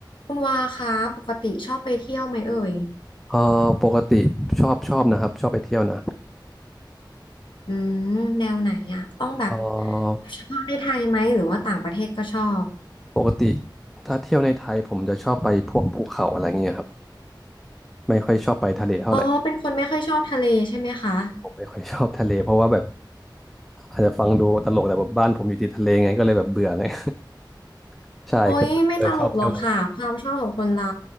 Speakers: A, on the left (about 80°); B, in the centre.
A: คุณวาคะปกติชอบไปเที่ยวไหมเอ่ย
B: เออปกติชอบชอบนะครับชอบไปเที่ยวนะ
A: อืมแนวไหนอะต้องแบบ
B: เออ
A: เฉพาะในไทยไหมหรือว่าต่างประเทศก็ชอบ
B: ปกติถ้าเที่ยวในไทยผมจะชอบไปพวกภูเขาอะไรเงี้ยครับไม่ค่อยชอบไปทะเลเท่าไหร่
A: อ๋อเป็นคนไม่ค่อยชอบทะเลใช่ไหมคะ
B: ผมไม่ค่อยชอบทะเลเพราะว่าแบบอาจจะฟังดูตลกแต่แบบบ้านผมอยู่ติดทะเลไงก็เลยแบบเบื่อเลย <laughs> ใช่ก็เลยชอบเที่ยวแนวนั้น
A: โอ้ยไม่ตลกหรอกค่ะความชอบของคนเรา